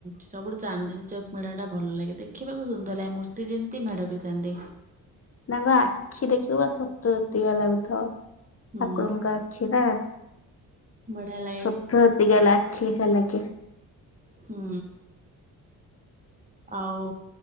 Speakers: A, on the right; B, on the left.
A: ସବୁଠୁ ଚାନ୍ଦିନୀ ଚୌକ୍ ମେଢ ଟା ଭଲ ଲାଗେ ଦେଖ୍ ଦେଖିବାକୁ ସୁନ୍ଦର ଲାଗେ ମୂର୍ତ୍ତି ଯେମିତି ମେଢ ବି ସେମିତି।
B: ତାଙ୍କ ଆଖି ଦେଖିବା ପୁରା ସତସତିକା ଲାଗୁଥିବ।
A: ହୁଁ
B: ଠାକୁରଙ୍କ ଆଖି ନା ସତ୍
A: ବଢିଆ ଲାଗେ
B: ସତସତିକା ଆଖି <unintelligible>
A: ହୁଁ। ଆଉ